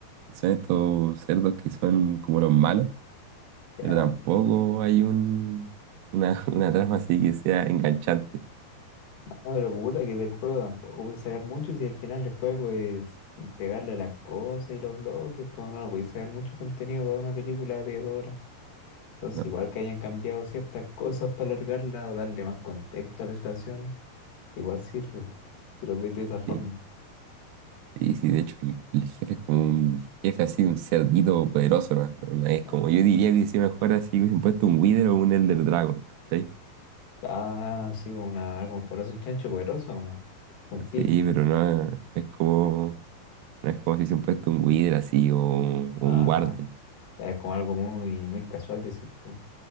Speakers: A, on the right (about 85°); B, on the left (about 80°).
A: Son estos cerdos que son como los malos,
B: ya.
A: pero tampoco hay un, una, <laughs> una trama así que sea enganchante.
B: No, pero puta, que del juego tampoco voy a sacar mucho si al final el juego es pegarle a las cosas y los bloques, pues no voy a sacar mucho contenido para una película de dos horas. Entonces,
A: ¿no?
B: igual que hayan cambiado ciertas cosas para alargarla o darle más contexto a la situación, igual sirve, si lo ves de esa forma.
A: Sí, sí, sí, de hecho el, el jefe es como un jefe así, un cerdito poderoso, ¿no? Pero no es
B: No.
A: como, yo diría que si mejor así hubiesen puesto un Wither o un Elder Dragon, ¿cachai?
B: Ah, sí, como una, algo por eso un chancho poderoso nomás, un piglin.
A: Sí, pero no es como, no es como si hubiesen puesto un Wither así o un
B: Ah,
A: Warden.
B: es como algo muy, muy casual, decir tú.